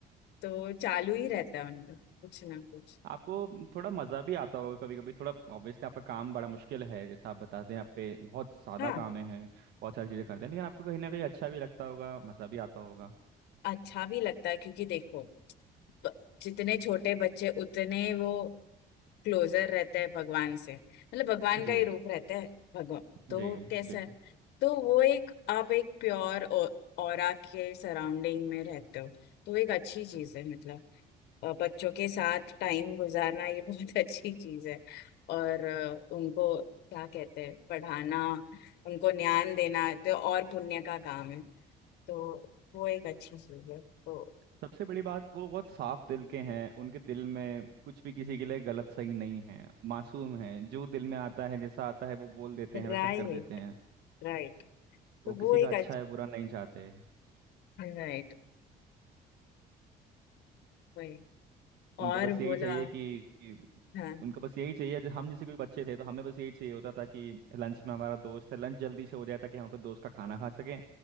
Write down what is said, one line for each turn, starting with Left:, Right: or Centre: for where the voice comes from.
Left: तो चालू ही रहता है उनका कुछ ना कुछ
Right: आपको थोड़ा मज़ा भी आता होगा कभी कभी थोड़ा ऑब्वियसली आपका काम बड़ा मुश्किल है जैसा आप बताते हैं आप पे बहुत सादा
Left: हाँ
Right: काम है बहुत सारी चीज़ें करते हैं लेकिन आपको कहीं ना कहीं अच्छा भी लगता होगा मज़ा भी आता होगा
Left: अच्छा भी लगता है क्योंकि देखो ब- जितने छोटे बच्चे उतने वो क्लोजर रहते हैं भगवान से मतलब भगवान
Right: जी
Left: का ही रूप रहता है भगवान तो
Right: जी
Left: कैसा
Right: जी
Left: है तो वो एक आप एक प्योर ऑरा के सराउंडिंग में रहते हो तो एक अच्छी चीज है मतलब अ, बच्चों के साथ टाइम गुजारना ये बहुत <laughs> अच्छी चीज है और अ, उनको क्या कहते हैं पढ़ाना उनको ज्ञान देना तो और पुण्य का काम है तो वो एक अच्छी चीज है तो
Right: सबसे बड़ी बात वो बहुत साफ दिल के हैं उनके दिल में कुछ भी किसी के लिए गलत सही नहीं है मासूम है जो दिल में आता है जैसा आता है वो बोल देते हैं वैसा
Left: राइट
Right: कर देते हैं
Left: राइट तो
Right: वो किसी
Left: वो एक
Right: का अच्छा या बुरा नहीं चाहते
Left: राइट वही
Right: उनको
Left: और
Right: बस
Left: बोला
Right: यही चाहिए कि
Left: हाँ
Right: उनको बस यही चाहिए हम जैसे कोई बच्चे थे तो हमें बस यही चाहिए होता था कि लंच में हमारा दोस्त है लंच जल्दी से हो जाए ताकि हम अपने दोस्त का खाना खा सकें